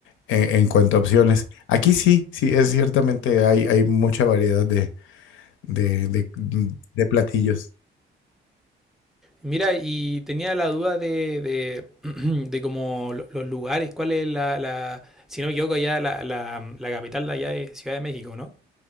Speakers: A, on the left; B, in the centre.
A: en, en cuanto a opciones. Aquí sí, sí, es ciertamente hay, hay mucha variedad de, de, de- mm, de platillos.
B: Mira, y tenía la duda de, de, <clears throat> de como los lugares, cuál es la, la si no me equivoco, allá la, la, la capital de allá de Ciudad de México, ¿no?